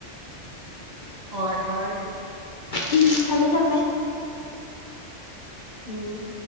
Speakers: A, on the right; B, on the left.
A: ꯍꯣꯏ ꯍꯣꯏ
B: ꯎꯝ ꯊꯝꯃꯦ ꯊꯝꯃꯦ
A: ꯎꯝ